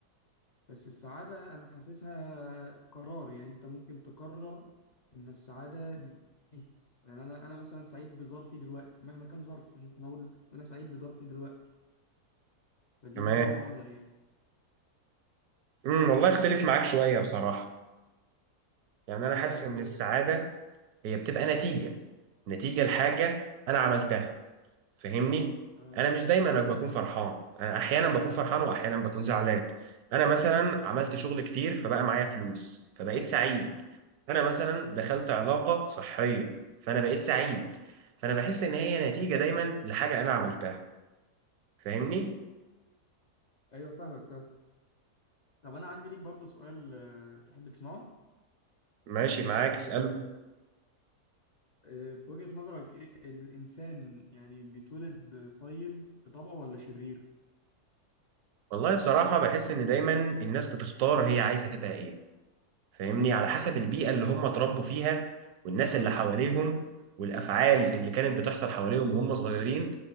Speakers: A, on the left; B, on the right.
A: بس السعادة أنا حاسسها قرار يعني أنت ممكن تقرر إن السعادة دي دي. يعني أنا أنا مثلا سعيد بظرفي دلوقتي مهما كان ظرفي ممكن أقول أنا سعيد بظرفي دلوقتي فدي
B: تمام
A: من وجهة نظري يعني
B: امم والله اختلف معاك شوية بصراحة يعني
A: ليه
B: أنا حاسس
A: أنت إيه
B: إن السعادة
A: وجهة نظرك؟
B: هي بتبقى نتيجة نتيجة لحاجة أنا عملتها فاهمني
A: آه
B: انا مش دايما بكون فرحان انا احيانا بكون فرحان واحيانا بكون زعلان انا مثلا عملت شغل كتير فبقى معايا فلوس فبقيت سعيد انا مثلا
A: آه
B: دخلت علاقة صحية فانا بقيت سعيد فانا بحس ان هي نتيجة دايما لحاجة انا عملتها فاهمني
A: أيوه فاهمك فاهم طب انا عندي ليك برضو سؤال آه، تحب تسمعه
B: ماشي معاك اسأله
A: آه، في وجهة نظرك ايه الانسان يعني بيتولد طيب بطبعه ولا شرير
B: والله بصراحة بحس ان دايما الناس بتختار هي عايزة تبقى ايه فاهمني على حسب البيئة اللي هم اتربوا فيها والناس
A: اه
B: اللي حواليهم والأفعال اللي كانت بتحصل حواليهم وهم صغيرين